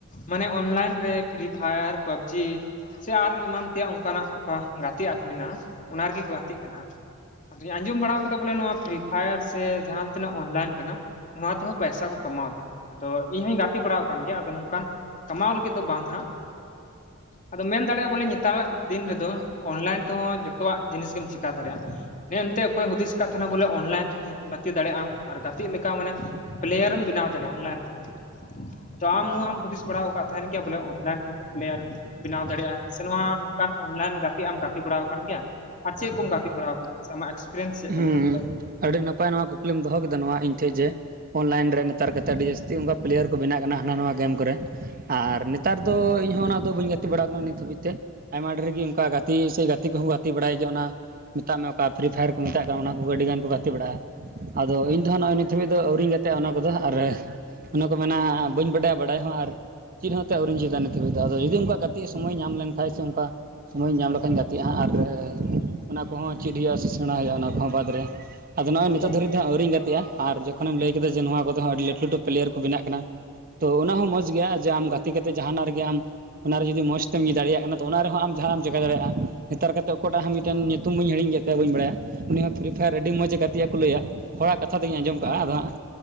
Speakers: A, on the left; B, on the right.
A: ᱢᱟᱱᱮ ᱚᱱᱞᱟᱭᱤᱱ ᱨᱮ ᱯᱷᱨᱤ ᱯᱷᱟᱭᱟᱨ ᱯᱟᱵᱽᱡᱤ ᱥᱮ ᱟᱨ ᱮᱢᱟᱱ ᱛᱮᱭᱟᱜ ᱚᱱᱠᱟᱱᱟᱜᱠᱟ ᱜᱟᱛᱮᱜ ᱠᱚ ᱢᱮᱱᱟᱜᱼᱟ ᱚᱱᱟ ᱨᱮᱜᱮ ᱠᱚ ᱜᱟᱛᱮᱜ ᱠᱟᱱᱟ᱾ ᱡᱮ ᱟᱸᱡᱚᱢ ᱵᱟᱲᱟ ᱠᱟᱫᱟ ᱵᱚᱞᱮ ᱱᱚᱣᱟ ᱯᱷᱨᱤ ᱯᱷᱟᱭᱟᱨ ᱥᱮ ᱡᱟᱦᱟᱸ ᱛᱤᱱᱟᱹᱜ ᱚᱱᱞᱟᱭᱤᱱ ᱠᱟᱱᱟ ᱱᱚᱣᱟ ᱛᱮᱦᱚᱸ ᱯᱚᱭᱥᱟ ᱠᱚ ᱠᱟᱢᱟᱣ ᱫᱟ ᱟᱫᱚ ᱤᱧ ᱦᱚᱧ ᱜᱟᱛᱮ ᱵᱟᱲᱟ ᱟᱠᱟᱱ ᱜᱮᱭᱟ ᱟᱫᱚ ᱱᱚᱝᱠᱟᱱ ᱠᱟᱢᱟᱣ ᱞᱟᱹᱜᱤᱫ ᱫᱚ ᱵᱟᱝ ᱦᱟᱸᱜ ᱟᱫᱚ ᱢᱮᱱ ᱫᱟᱲᱮᱭᱟᱜᱼᱟ ᱵᱚᱞᱮ ᱱᱮᱛᱟᱨᱟᱜ ᱫᱤᱱ ᱨᱮᱫᱚ ᱚᱱᱞᱟᱭᱤᱱ ᱛᱮᱦᱚᱸ ᱡᱷᱚᱛᱚᱣᱟᱜ ᱡᱤᱱᱤᱥ ᱜᱮᱢ ᱪᱮᱠᱟ ᱫᱟᱲᱮᱭᱟᱜᱼᱟ ᱦᱮᱸᱮᱱᱛᱮ ᱚᱠᱚᱭ ᱦᱩᱫᱤᱥ ᱟᱠᱟᱫ ᱛᱟᱦᱮᱱᱟ ᱵᱚᱞᱮ ᱚᱱᱞᱟᱭᱤᱱ ᱛᱮᱦᱚᱸ ᱜᱟᱛᱮᱜ ᱫᱟᱲᱮᱭᱟᱜ ᱟᱢ ᱟᱨ ᱜᱟᱛᱮᱜ ᱞᱮᱠᱟ ᱢᱟᱱᱮ ᱯᱮᱞᱭᱟᱨᱮᱢ ᱵᱮᱱᱟᱣ ᱫᱟᱲᱮᱭᱟᱜᱼᱟ ᱚᱱᱞᱟᱭᱤᱱ ᱛᱮᱦᱚᱸ ᱛᱚ ᱟᱢ ᱱᱚᱣᱟᱢ ᱦᱩᱫᱤᱥ ᱵᱟᱲᱟ ᱠᱟᱛᱷᱟ ᱛᱟᱦᱮᱱ ᱜᱮᱭᱟ ᱵᱚᱞᱮ ᱚᱱᱞᱟᱭᱤᱱ ᱛᱮᱦᱚᱸᱯᱮᱞᱭᱟᱨ ᱵᱮᱱᱟᱣ ᱫᱟᱲᱮᱭᱟᱜᱼᱟ ᱥᱮ ᱱᱚᱣᱟ ᱱᱚᱝᱠᱟᱱ ᱚᱱᱞᱟᱭᱤᱱ ᱜᱟᱛᱮᱜ ᱟᱢ ᱜᱟᱛᱮ ᱵᱟᱲᱟ ᱟᱠᱟᱱ ᱜᱮᱭᱟ ᱟᱨ ᱪᱮᱫ ᱠᱚᱢ ᱜᱟᱛᱮ ᱵᱟᱲᱟᱣ ᱟᱠᱟᱱᱟ ᱟᱢᱟᱜ ᱮᱠᱥᱯᱨᱤᱭᱮᱱᱥ ᱪᱮᱫ ᱠᱟ
B: ᱦᱩᱸ
A: ᱱᱟᱦᱟᱜ ᱞᱟᱹᱭ ᱢᱮ
B: ᱟᱹᱰᱤ ᱱᱟᱯᱟᱭ ᱱᱚᱣᱟ ᱠᱚ ᱠᱩᱠᱞᱤᱢ ᱫᱚᱦᱚ ᱠᱮᱫᱟ ᱱᱚᱣᱟ ᱤᱧ ᱴᱷᱮᱱ ᱡᱮ ᱚᱱᱞᱟᱭᱤᱱ ᱨᱮ ᱱᱮᱛᱟᱨ ᱠᱟᱛᱮᱫ ᱟᱹᱰᱤ ᱡᱟᱹᱥᱛᱤ ᱚᱱᱠᱟ ᱯᱮᱞᱭᱟᱨ ᱠᱚ ᱵᱮᱱᱟᱜ ᱠᱟᱱᱟ ᱦᱟᱱᱟ ᱱᱚᱣᱟ ᱜᱮᱢ ᱠᱚᱨᱮ ᱟᱨ ᱱᱮᱛᱟᱨ ᱫᱚ ᱤᱧ ᱦᱚᱸ ᱚᱱᱟ ᱫᱚ ᱵᱟᱹᱧ ᱜᱟᱛᱮ ᱵᱟᱲᱟᱣ ᱟᱠᱟᱱᱟ ᱱᱤᱛ ᱦᱟᱹᱵᱤᱡ ᱛᱮ ᱟᱭᱢᱟ ᱰᱷᱮᱨ ᱜᱮ ᱚᱱᱠᱟ ᱜᱟᱛᱮ ᱥᱮ ᱜᱟᱛᱮ ᱠᱚᱦᱚᱸ ᱠᱚ ᱜᱟᱛᱮ ᱵᱟᱲᱟᱭ ᱜᱮᱭᱟ ᱚᱱᱟ ᱢᱮᱛᱟᱜ ᱢᱮ ᱚᱠᱟ ᱯᱷᱤᱨᱤ ᱯᱷᱟᱭᱟᱨ ᱢᱮᱛᱟᱜ ᱠᱟᱱᱟ ᱚᱱᱟ ᱠᱚ ᱟᱹᱰᱤ ᱜᱟᱱ ᱠᱚ ᱜᱟᱛᱮ ᱵᱟᱲᱟᱜᱼᱟ ᱟᱭᱫᱚ ᱤᱧᱫᱚ ᱱᱚᱜᱼᱚᱭ ᱱᱤᱛ ᱫᱷᱟᱹᱵᱤᱡ ᱫᱚ ᱟᱹᱣᱨᱤᱧ ᱜᱟᱛᱮᱜ-ᱟ ᱾ ᱚᱱᱟ ᱠᱚᱫᱚ ᱟᱨ ᱚᱱᱟ ᱠᱚ ᱢᱮᱱᱟ ᱵᱟᱹᱧ ᱵᱟᱰᱟᱭᱟ ᱵᱟᱰᱟᱭ ᱦᱚᱸ ᱟᱨ ᱪᱮᱫ ᱦᱚᱛᱚ ᱟᱹᱣᱨᱤᱢ ᱪᱮᱠᱟ ᱱᱤᱛᱚᱜ ᱨᱮᱫᱚ ᱟᱫᱚ ᱡᱩᱫᱤ ᱚᱱᱠᱟ ᱜᱟᱛᱮᱜ ᱥᱚᱢᱚᱭ ᱧᱟᱢ ᱞᱮᱱᱠᱷᱟᱱᱡ ᱥᱮ ᱚᱱᱠᱟ ᱥᱳᱢᱚᱭ ᱤᱧ ᱧᱟᱢ ᱞᱮᱠᱷᱟᱧ ᱜᱟᱛᱮᱜᱼᱟ ᱦᱟᱸᱜ ᱟᱨ ᱚᱱᱟ ᱠᱚᱦᱚᱸ ᱪᱮᱫ ᱦᱩᱭᱩᱜᱼᱟ ᱾ ᱥᱮᱟ ᱦᱩᱭᱩᱜᱼᱟ ᱚᱱᱟ ᱠᱚᱦᱚ ᱵᱟᱫᱽ ᱨᱮ ᱟᱫᱚ ᱱᱚᱜᱚᱭ
A: ᱢᱮ ᱦᱮᱸ ᱮᱠᱟᱞ
B: ᱱᱤᱛᱚᱜ ᱫᱷᱟᱨᱤᱡ ᱟᱹᱣᱨᱤᱧ ᱜᱟᱛᱮᱜᱼᱟ ᱟᱨ ᱡᱚᱠᱷᱚᱱ ᱮᱢ ᱞᱟᱹᱭ ᱠᱮᱫᱟ ᱡᱮ ᱱᱚᱣᱟ ᱠᱚᱛᱮ ᱦᱚᱸ ᱟᱹᱰᱤ ᱞᱟᱹᱴᱩ ᱞᱟᱹᱴᱩ ᱯᱮᱞᱭᱟᱨ ᱠᱚ ᱵᱮᱱᱟᱜ ᱠᱟᱱᱟ ᱛᱚ ᱚᱱᱟ ᱦᱚᱸ ᱢᱚᱸᱡᱽ ᱜᱮᱭᱟ ᱡᱮ ᱟᱢ ᱜᱟᱛᱮ ᱠᱟᱛᱮᱜ ᱡᱟᱦᱱᱟᱜ ᱨᱮᱜᱮ ᱟᱢ ᱚᱱᱟᱨᱮ ᱡᱩᱫᱤ ᱢᱚᱸᱡᱽ ᱛᱮᱢ ᱫᱟᱲᱮᱭᱟᱜ ᱠᱟᱱᱟ ᱚᱱᱟ ᱨᱮᱦᱚᱸ ᱟᱢ ᱡᱟᱦᱱᱟᱜ ᱮᱢ ᱪᱮᱠᱟ ᱫᱟᱲᱮᱭᱟᱜᱟ ᱱᱮᱛᱟᱨ ᱠᱟᱛᱮᱫ ᱚᱠᱟᱴᱟᱜ ᱦᱚᱸ ᱢᱤᱫᱴᱟᱱ ᱧᱩᱛᱩᱢ ᱦᱟᱹᱧ ᱦᱤᱲᱤᱧ ᱪᱮ
A: ᱦᱩᱸ
B: ᱛᱟᱭᱟ ᱵᱟᱹᱧ ᱵᱟᱲᱟᱭᱟ ᱩᱱᱤ ᱦᱚᱸ ᱯᱷᱤᱨᱤ ᱯᱷᱟᱭᱟᱨ ᱟᱹᱰᱤ ᱢᱚᱸᱡᱽ ᱮ ᱜᱟᱛᱮᱜᱼᱟ ᱠᱚ ᱞᱟᱹᱭᱟ ᱦᱚᱲᱟᱜ ᱠᱟᱛᱷᱟ ᱫᱚᱧ ᱟᱡᱚᱢ
A: ᱦᱩᱸ
B: ᱠᱟᱜᱼᱟ ᱟᱫᱚ ᱦᱟᱸᱜ